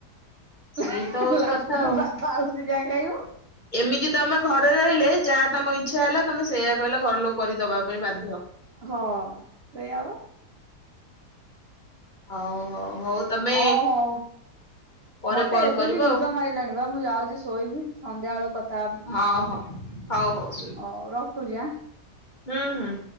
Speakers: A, on the left; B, on the right.
A: ସେଇ
B: ଉଁ ହୁଁ
A: ତ ହଉଛି
B: ହୁଁ ଲାଷ୍ଟକୁ
A: କଥା ଆଉ।
B: ପା ଯା ଆଳୁ ସିଜା ଖାଇବ।
A: ଏମିତି ତମେ ଘରେ ରହିଲେ ଯାହା ତମ ଇଚ୍ଛା ହେଲା ତମେ ସେଇୟା କହିଲା ଘରଲୋକ କରିକି ଦବା ପାଇଁ ବାଧ୍ୟ।
B: ହଁ ସେୟା ପା।
A: ହଉ ହଉ ହଉ ତମେ
B: ହଁ ହଉ
A: ପରେ
B: ମତେ
A: କଲ
B: ଏବେ
A: କରିବ
B: ବି ନିଦ
A: ଆଉ
B: ମାଇଲାଣି ବା ମୁଁ ଯାଉଛି ଶୋଇବି ସନ୍ଧ୍ୟା ବେଳୁ କଥା
A: ହଉ ହ। ହଉ ହୋଉ ଶୋଇ
B: ହୋଉ ରଖୁଚି ଆଁ
A: ହୁଁ ହୁଁ।